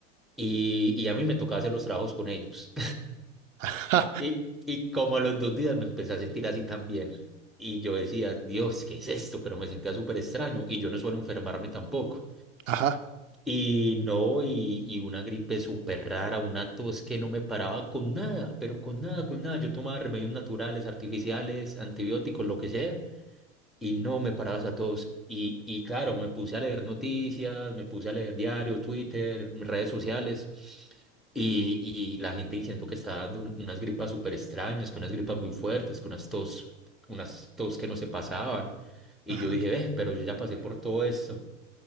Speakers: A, in the centre; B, on the right (about 80°).
A: y, y a mí me tocaba hacer los trabajos con ellos.
B: ajá,
A: Y, y como a los dos días me empecé a sentir así también. Y yo decía, Dios, ¿qué es esto? Pero me sentía súper extraño y yo no suelo enfermarme tampoco.
B: ajá.
A: Y no, y, y una gripe súper rara, una tos que no me paraba con nada, pero con nada, con nada. Yo tomaba remedios naturales, artificiales, antibióticos, lo que sea y no me parabas a todos. Y, y claro, me puse a leer noticias, me puse a leer diarios, Twitter, redes sociales. Y, y la gente diciendo que estaba dando un- unas gripas súper extrañas, que unas gripas muy fuertes, que unas tos, unas tos que no se pasaban. Y
B: ujú.
A: yo dije, ve, pero yo ya pasé por todo esto.